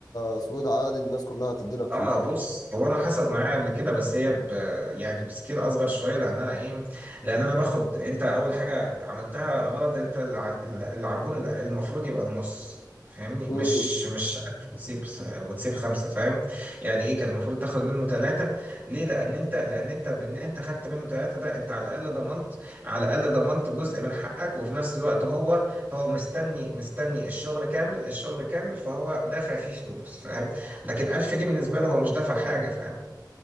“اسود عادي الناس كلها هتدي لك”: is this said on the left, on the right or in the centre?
Left